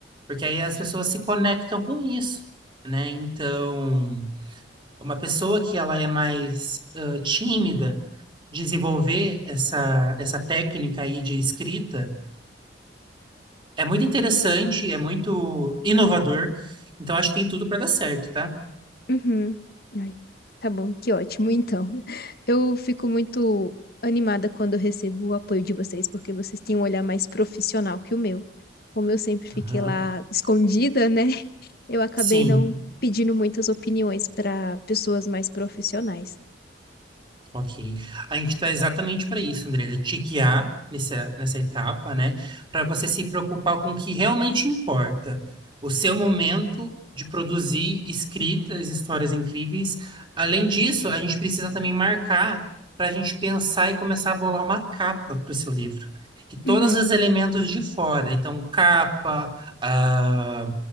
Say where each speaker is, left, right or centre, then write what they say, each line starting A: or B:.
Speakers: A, on the right; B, on the left.
A: porque aí as pessoas se conectam com isso, né? Então, uma pessoa que ela é mais ah, tímida, desenvolver essa, essa técnica aí de escrita é muito interessante, é muito inovador, então acho que tem tudo para dar certo, tá?
B: Uhum. Ai, tá bom, que ótimo. Então, <laughs> eu fico muito animada quando eu recebo o apoio de vocês, porque vocês têm um olhar mais profissional que o meu. Como eu sempre fiquei
A: Aham.
B: lá escondida, né? <laughs> Eu acabei
A: Sim.
B: não pedindo muitas opiniões para pessoas mais profissionais.
A: Ok. A gente está exatamente para isso, Andresa, te guiar nessa, nessa etapa, né? Para você se preocupar com o que realmente importa. O seu momento de produzir escritas, histórias incríveis. Além disso, a gente precisa também marcar para a gente pensar e começar a bolar uma capa para o seu livro. E todos
B: Uhum.
A: os elementos de fora. Então, capa, ah,